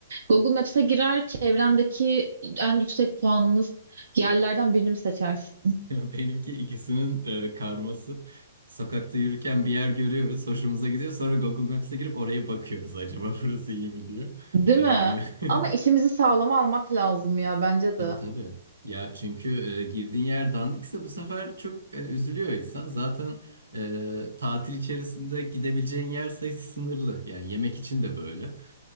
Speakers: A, on the right; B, on the right.
A: Google Maps'e girer, çevrendeki en yüksek puanlı yerlerden birini mi seçersin?
B: <laughs> Benimki ikisinin e, karması. Sokakta yürürken bir yer görüyoruz, hoşumuza gidiyor. Sonra Google Maps'e girip oraya bakıyoruz acaba <laughs> burası iyi mi diyor.
A: Değil
B: E,
A: mi?
B: <laughs>
A: Ama işimizi sağlama almak lazım ya bence
B: Tabii
A: de.
B: tabii. Ya çünkü e, girdiğin yer dandikse bu sefer çok hani, üzülüyor insan. Zaten e, tatil içerisinde gidebileceğin yer sayısı sınırlı. Yani yemek için de böyle.